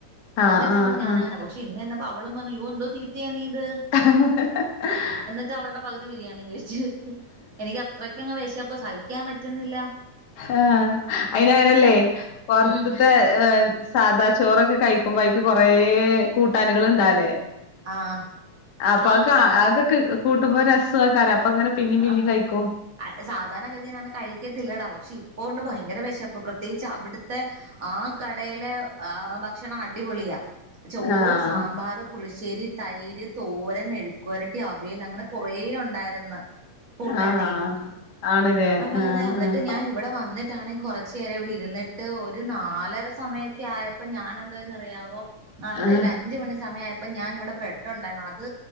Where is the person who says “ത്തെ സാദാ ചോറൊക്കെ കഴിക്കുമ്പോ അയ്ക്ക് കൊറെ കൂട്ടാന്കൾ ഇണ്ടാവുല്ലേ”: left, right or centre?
Left